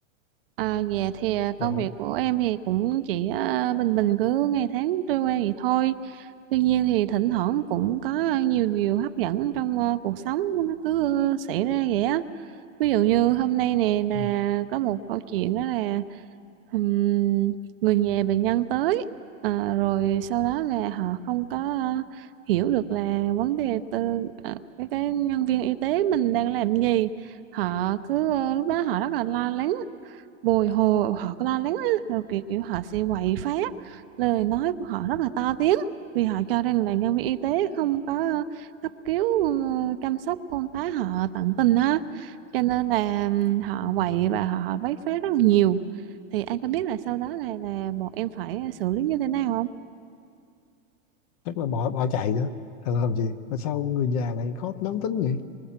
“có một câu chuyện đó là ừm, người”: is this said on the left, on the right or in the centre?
Right